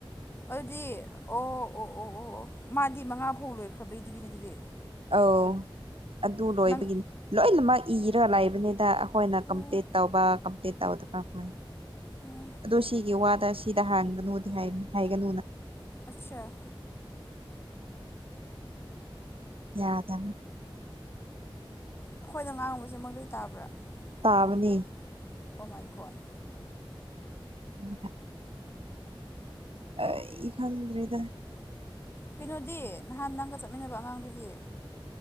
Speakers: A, on the left; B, on the right.
A: ꯑꯗꯨꯗꯤ ꯑꯣ ꯑꯣ ꯑꯣ ꯑꯣ ꯑꯣ ꯃꯥꯗꯤ ꯃꯉꯥ ꯐꯧ ꯂꯣꯏꯈ꯭ꯔꯕꯩꯗꯨꯒꯤꯅꯤ ꯑꯗꯨꯗꯤ
B: ꯑꯧ ꯑꯗꯨ ꯂꯣꯏꯕꯒꯤꯅꯤ
A: ꯅꯪ
B: ꯂꯣꯏꯅꯃꯛ ꯏꯔ ꯂꯩꯕꯅꯤꯗ ꯑꯩꯈꯣꯏꯅ
A: ꯑꯣ
B: ꯀꯝꯄ꯭ꯂꯤꯠ
A: ꯑꯣ
B: ꯇꯧꯕ ꯀꯝꯄ꯭ꯂꯤꯠ ꯇꯧꯗꯕ ꯈꯣꯏ
A: ꯑꯩꯈꯣꯏ
B: ꯑꯗꯣ ꯁꯤꯒꯤ ꯋꯥꯗ ꯁꯤꯗ ꯍꯥꯟꯒꯅꯨꯗꯤ ꯍꯥꯏꯒꯅꯨꯅ
A: ꯑꯆꯥ
B: ꯌꯥꯗꯝꯅꯤ
A: ꯑꯩꯈꯣꯏꯅ ꯉꯥꯡꯕꯁꯦ ꯃꯣꯏ ꯂꯣꯏ ꯇꯥꯕ꯭ꯔꯥ
B: ꯇꯥꯕꯅꯤ
A: ꯇꯥꯕꯅꯦ ꯑꯣꯃꯥꯏꯒꯣꯠ
B: ꯎꯝ ꯑꯩ ꯈꯪꯗ꯭꯭ꯔꯦꯗ
A: ꯀꯩꯅꯣꯗꯤ ꯅꯍꯥꯟ ꯅꯪꯒ ꯆꯠꯃꯤꯟꯅꯕ ꯑꯉꯥꯡꯗꯨꯗꯤ